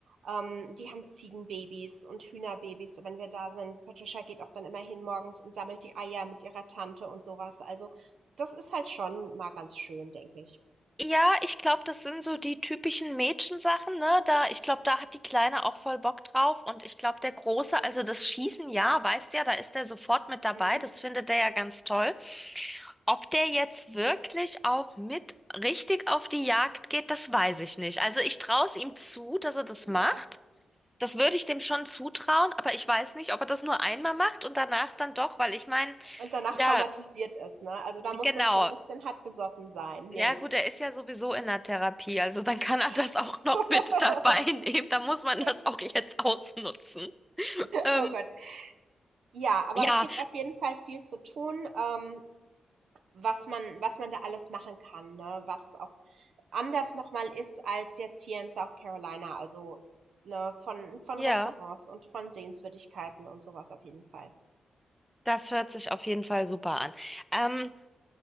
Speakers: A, on the right (about 75°); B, in the centre.
A: ähm, die haben Ziegenbabys und Hühnerbabys, wenn wir da sind. Patricia geht auch dann immer hin morgens und sammelt die Eier mit ihrer Tante und sowas. Also das ist halt schon mal ganz schön, denke ich.
B: Ja, ich glaube, das sind so die typischen Mädchensachen, ne?
A: Mhm.
B: Da, ich glaube, da hat die Kleine auch voll Bock drauf. Und ich glaube, der Große, also das Schießen, ja, weißt ja, da ist der sofort mit dabei.
A: Mhm.
B: Das findet der ja ganz toll. Ob der jetzt wirklich auch mit richtig auf die Jagd geht, das weiß ich nicht. Also ich traue es ihm zu, dass er das macht.
A: Ja.
B: Das würde ich dem schon zutrauen, aber ich weiß nicht, ob er das nur einmal macht und danach dann doch, weil ich meine,
A: Und danach
B: ja,
A: traumatisiert ist, ne? Also da muss
B: genau.
A: man schon ein bisschen hartgesotten sein. Nee.
B: Ja, gut, er ist ja sowieso in der Therapie, also dann kann er
A: <laughs>
B: das auch noch mit <laughs> dabei nehmen. Da muss man das
A: Nee.
B: auch jetzt ausnutzen. Ähm,
A: Oh Gott. Ja, aber
B: ja,
A: es gibt auf jeden Fall viel zu tun, ähm, was man, was man da alles machen kann, ne? Was auch anders nochmal ist als jetzt hier in South Carolina. Also, ne, von, von
B: ja,
A: Restaurants und von Sehenswürdigkeiten und sowas auf jeden Fall.
B: das hört sich auf jeden Fall super an. Ähm,